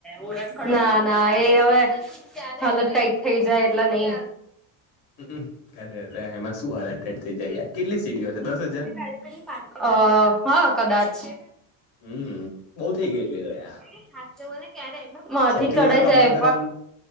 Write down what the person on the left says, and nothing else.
હમ અરે અરે એમાં શું હાલત ટાઇટ થઇ જાય કેટલી સીડીઓ છે દસ હજાર
હમ બઉુ થઈ ગઈ
એટલી તો યાર
સૌથી
વધારે તો
અમારા ધરમ